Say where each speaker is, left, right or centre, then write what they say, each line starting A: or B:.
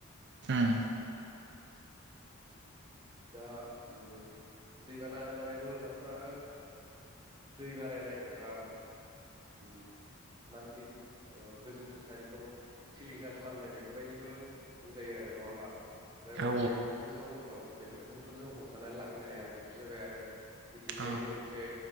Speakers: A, on the right; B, on the right.
A: ओम
B: दा ओम दैबाना होननानै बुङोबाथ' आरो दै बारायनाय एबा ओम मानसिनि ओ गोजोन थासारिखौ सिलिंखार खालामनाय बेफोरबायदिबो बुंजायो आरो नङा होमबा। आरो
A: औ
B: बेफोरखौथ' जों औ बेफोरखौथ' जों हमथानानै लाखिनो हाया। बेफोर जाबाय आरो मिथिंगायारि
A: औ
B: मोनसे